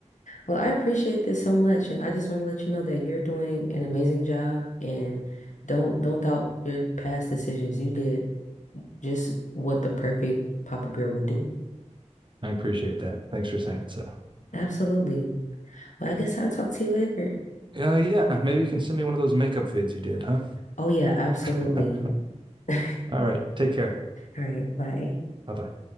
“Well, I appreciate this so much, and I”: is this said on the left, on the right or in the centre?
Left